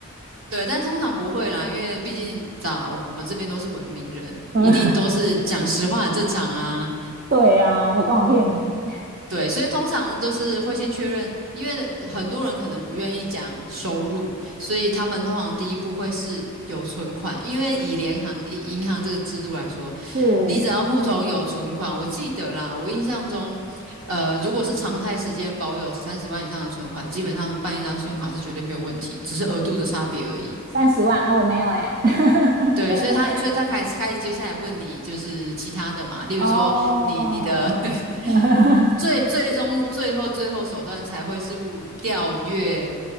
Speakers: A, on the right; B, on the right.
A: 对，但通常不会啦，因为毕竟咋我们这边都是文明人，一定都是讲实话很正常啊，
B: <laughs> 对啊，我干嘛骗你？
A: 对，所以通常都是会先确认，因为很多人可能不愿意讲收入，所以他们通常第一步会是有存款，因为以联行以银行这个制度来说，
B: 是
A: 你只要户头有存款，我记得啦，我印象中，呃，如果是常态时间保有三十万以上的存款，基本上办一张信用卡是绝对没有问题，只是额度的差别而已。
B: 三十万啊，我没有哎、<laughs>
A: 对，所以他，所以他开始开始接下来问你，就是其他的嘛，例如说你你的
B: 哦，
A: <laughs>
B: <laughs>
A: 最最终最后最后手段才会是物调阅